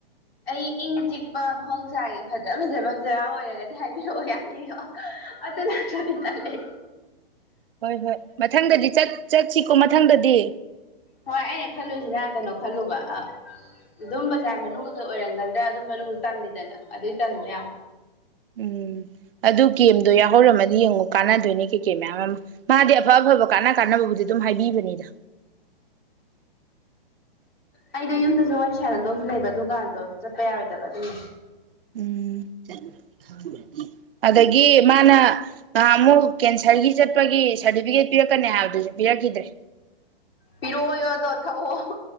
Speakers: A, on the left; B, on the right.
A: ꯑꯩ ꯏꯪ ꯆꯤꯛꯄ ꯃꯍꯧꯁꯥꯒꯤ ꯐꯖ ꯐꯖꯕ ꯖꯒꯥ ꯑꯣꯏꯔꯒꯗꯤ ꯍꯥꯏꯕꯤꯔꯛꯑꯣ ꯌꯥꯅꯦꯌꯣ꯫ ꯑꯗꯨ ꯅꯠꯇ꯭ꯔꯗꯤ ꯇꯜꯂꯦ ꯑꯩ꯫
B: ꯍꯣꯏ ꯍꯣꯏ ꯃꯊꯪꯗꯗꯤ ꯆꯠ ꯆꯠꯁꯤꯀꯣ ꯃꯊꯪꯗꯗꯤ꯫
A: ꯍꯣꯏ ꯑꯩꯅ ꯈꯜꯂꯨꯏꯁꯤꯅ ꯀꯩꯅꯣ ꯈꯜꯂꯨꯕ ꯑꯥ ꯑꯗꯨꯝ ꯕꯖꯥꯔ ꯃꯅꯨꯡꯗꯨꯗ ꯑꯣꯏꯔꯝꯒꯗ꯭ꯔꯥ ꯑꯗꯨꯝ ꯃꯅꯨꯡꯗꯗꯨ ꯇꯜꯂꯤꯗꯅ ꯑꯗꯨꯏ ꯇꯟꯕ ꯌꯥꯝ꯫
B: ꯎꯝ ꯑꯗꯨ ꯀꯦꯝꯗꯣ ꯌꯥꯎꯍꯧꯔꯝꯃꯗꯤ ꯌꯦꯡꯉꯨ ꯀꯥꯟꯅꯗꯣꯏꯅꯦ ꯀꯩꯀꯩ ꯃꯌꯥꯝ ꯑꯃ꯫ ꯃꯥꯗꯤ ꯑꯐ ꯑꯐꯕ ꯀꯥꯟꯅ ꯀꯥꯟꯅꯕꯕꯨꯗꯤ ꯑꯗꯨꯝ ꯍꯥꯏꯕꯤꯕꯅꯤ꯫ ꯅꯤꯗ꯫
A: ꯑꯩꯗꯣ ꯌꯨꯝꯗꯁꯨ ꯋꯥꯔꯤ ꯁꯥꯟꯅꯗꯧꯁꯨ ꯂꯩꯕ ꯗꯨꯀꯥꯟꯗꯣ ꯆꯠꯄ ꯌꯥꯔꯣꯏꯗꯕ ꯑꯗꯨꯅꯦ꯫
B: ꯎꯝ꯫ <unintelligible> ꯑꯗꯒꯤ ꯃꯥꯅ ꯅꯍꯥꯟꯃꯨꯛ ꯀꯦꯟꯁꯔꯒꯤ ꯆꯠꯄꯒꯤ ꯁꯔꯇꯤꯐꯤꯀꯦꯠ ꯄꯤꯔꯛꯀꯅꯤ ꯍꯥꯏꯕꯗꯨꯁꯨ ꯄꯤꯔꯛꯈꯤꯗ꯭ꯔꯦ꯫
A: ꯄꯤꯔꯛꯑꯣꯌꯣ ꯑꯗꯣ ꯊꯛꯑꯣ꯫